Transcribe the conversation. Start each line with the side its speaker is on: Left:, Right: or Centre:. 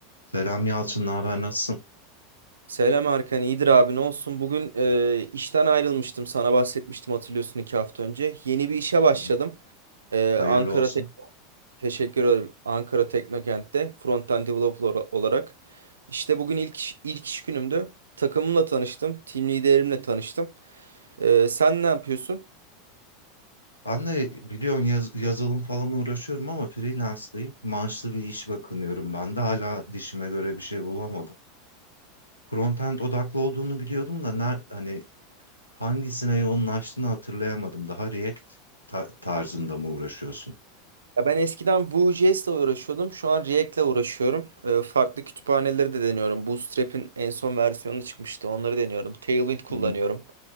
Left: Selam Yalçın, ne haber, nasılsın?
Right: Selam Erkan, iyidir abi ne olsun. Bugün e, işten ayrılmıştım, sana bahsetmiştim hatırlıyorsun iki hafta önce. Yeni bir işe başladım.
Left: Hı hı.
Right: E,
Left: Hayırlı
Right: Ankara
Left: olsun.
Right: Tek- teşekkür ederim. Ankara Teknokent'te front-end developer ola- olarak. İşte bugün ilk iş, ilk iş günümdü. Takımımla tanıştım, team liderimle tanıştım. E, sen ne yapıyorsun?
Left: Ben de biliyorsun yaz- yazılım falan uğraşıyorum ama freelance'dayım. Maaşlı bir iş bakınıyorum ben de hala dişime göre bir şey bulamadım. Frontend odaklı olduğunu biliyordum da ner, hani hangisine yoğunlaştığını hatırlayamadım. Daha React ta- tarzında mı uğraşıyorsun?
Right: Ya ben eskiden Vue.js ile uğraşıyordum. Şu an React'le uğraşıyorum. E, farklı kütüphaneleri de deniyorum. Bootstrap'in en son versiyonu çıkmıştı. Onları deniyorum. Tailwind kullanıyorum.
Left: Hı hı.